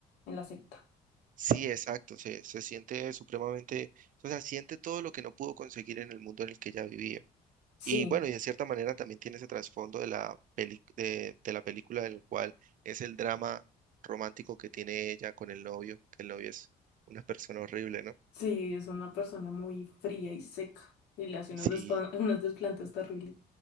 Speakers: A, on the left; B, on the right.
A: en la secta.
B: sí, exacto, se, se siente supremamente, o sea, siente todo lo que no pudo conseguir en el mundo en el que ella vivía.
A: Sí.
B: Y bueno, y de cierta manera también tiene ese trasfondo de la peli- de, de la película, del cual es el drama romántico que tiene ella con el novio, que el novio es una persona horrible, ¿no?
A: Sí, es una persona muy fría y seca. Y le hace unos
B: Sí,
A: despa- <laughs> unas desplantes terribles.